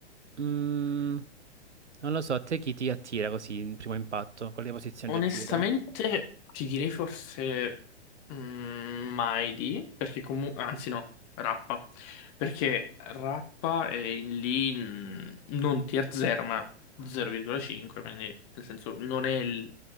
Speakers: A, on the right; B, on the left.
A: mm, non lo so, a te chi ti attira così in primo impatto? Quale posizione
B: Onestamente,
A: ti attira?
B: ti direi forse mm, Maidi, perché comunque, anzi no, Rappa, perché Rappa è in lì mm, non tier 0, ma 0,5, quindi nel senso non è il-